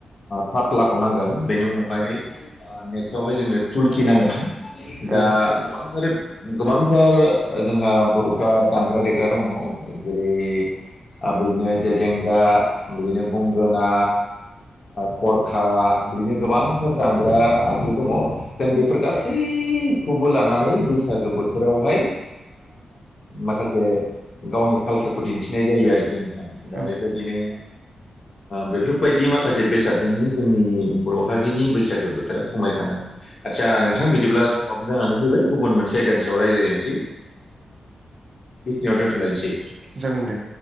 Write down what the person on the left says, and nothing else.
थाफ्लाखौ नांगोन बेनि उनावहाय नेक्ट सयावहाय जोंनो थुलखि नांगोन दा
गोबांथार गोबांथार जोंहा बर'फ्रा दामग्रा देग्रा दंङो जेरै आरो बिदिनो जेजेंगा बिदिनो गंगोना खरखा बिदिनो गोबांथार दामग्रा आगजु दङ जों बेफोर गासैखौबो लानानै बैसागो बोथोरावहाय माखासे गावनि कालसारखौ दिन्थिनाय जायो आरोखि नोंथां दा
बेबायदिनो बेफोरबायदि माखासे बेसादजोंनो जोंनि बर' हारिनि बैसागो बोथोरा समाय थाङो आदसा नोंथां बिदिब्ला समावो जानानै फैबाय गुबुन मोनसे आयदानि सायाव रायज्लायनोसै बेखिनियाव दोनथ'लायनोसै